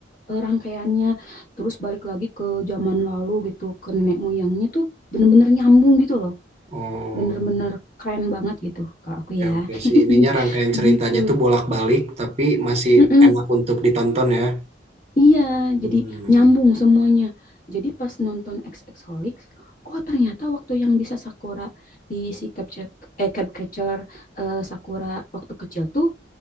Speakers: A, on the left (about 50°); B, on the right (about 35°).
A: eh, rangkaiannya terus balik lagi ke zaman lalu gitu, ke nenek moyangnya tuh bener-bener nyambung gitu loh.
B: oh
A: Bener-bener keren banget gitu kalau aku
B: Oke,
A: ya.
B: oke sih ininya
A: <laughs>
B: rangkaian ceritanya
A: Gitu.
B: tuh bolak-balik tapi masih
A: Mm-mm.
B: enak untuk ditonton ya.
A: Iya,
B: Hmm.
A: jadi nyambung semuanya. Jadi pas nonton XXholics, oh ternyata waktu yang di Sakura di si capture eh capture eh, Sakura waktu kecil tuh